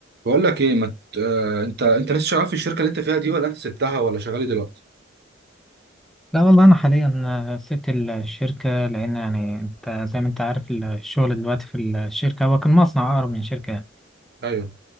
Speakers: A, on the right; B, in the centre.
A: بقول لك ايه ما ت... آه... انت انت لسه شغال في الشركه اللي انت فيها دي ولا انت سبتها ولا شغال إيه دلوقتي
B: لا والله أنا حاليا سبت الشركة لأن يعني أنت زي ما أنت عارف الشغل دلوقتي في الشركة هو كان مصنع أقرب من شركة يعني
A: ايوه